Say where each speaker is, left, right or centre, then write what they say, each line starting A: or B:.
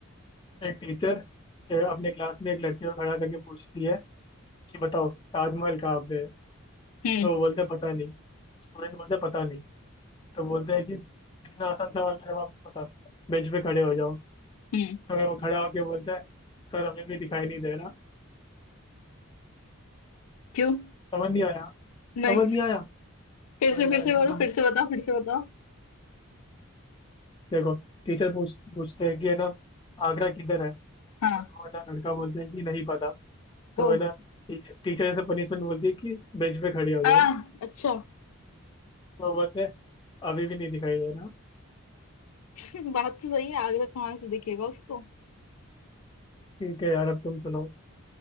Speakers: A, on the left; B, on the left.
A: एक टीचर अपने क्लास में एक लड़की को खड़ा करके पूछती है कि बताओ ताजमहल कहाँ पे है तो
B: हम्म
A: वो बोलते हैं पता नहीं स्टूडेंट बोलते हैं पता नहीं तो बोलते हैं कि इतना आसान सवाल का जवाब नहीं पता बेंच पे खड़े हो जाओ
B: हम्म
A: तो वो खड़ा होके बोलता है सर हमें भी दिखाई नहीं दे रहा
B: क्यों
A: समझ नहीं आया
B: नहीं
A: समझ नहीं आया
B: फिर
A: अरे
B: से फिर
A: यार
B: से
A: ये
B: बोलो
A: ना हम्म,
B: फिर से बताओ फिर से बताओ
A: देखो टीचर पूछ पूछते हैं कि है ना आगरा किधर है तो
B: हाँ
A: वो है ना लड़का बोलता है कि नहीं पता तो
B: ओ
A: है ना टीचर टीचर से पनिशमेंट बोलती है कि बेंच पे खड़े हो जाओ
B: आ अच्छा
A: तो वो बोलते हैं अभी भी नहीं दिखाई दे रहा
B: <laughs> बात तो सही है आगरा कहाँ से दिखेगा उसको
A: ठीक है यार अब तुम सुनाओ